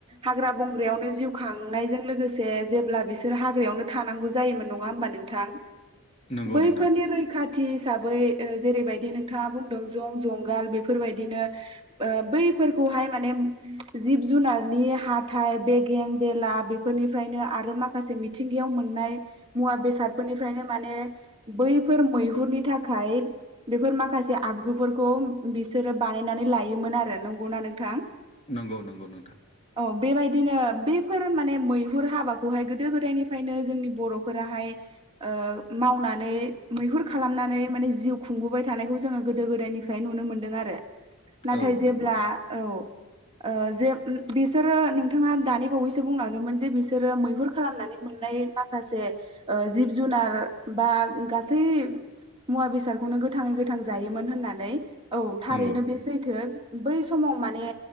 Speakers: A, on the right; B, on the left.
A: हाग्रा बंग्रायावनो जिउ बखांनायजों लोगोसे, जेब्ला बिसोर हाग्रायावनो थानांगौ जायोमोन नङा होमबा नोंथां?
B: नंगौ
A: बैफोरनि
B: नोंथां
A: रैखाथि हिसाबै जेरैबायदि नोंथाङा बुंदों जं, जंगाल बेफोरबायदिनो बैफोरखौ हाय माने जिब जुनारनि हाथाइ, बेगें- बेला बेफोरनिफ्रायनो आरो माखासे मिथिंगायाव मोननाय मुवा बेसादफोरनिफ्रायनो माने बैफोर मैहुरनि थाखाय बेफोर माखासे आगजुफोरखौ बिसोरो बानाय नानै लायोमोन आरो नंगौना नोंथां?
B: नंगौ नंगौ नोंथां
A: औ बेबायदिनो बे फोर माने मैहुर हाबाखौहाय गोदो गोदायनिफ्रायनो जोंनि बर'फोराहाय ओ माव नानै मैहुर खालामनानै माने जिउ खुंबोबाय थानायखौ जोङो गोदो गोदायनिफ्राय नुनो मोनदों आरो नाथाय
B: औ
A: जेब्ला
B: नंगौ
A: औ ओ जे बिसोरो नोंथाङा दानि बावै सो बुंलांदों मोन जे बिसोरो मैहुर खालामनानै मोननाय माखासे ओ जिब जुनार बा गासै मुवा बेसादखौनो गोथाङै गोथां जायोमोन होननानै औ थारैनो
B: नंगौ
A: बे सैथो। बै समाव माने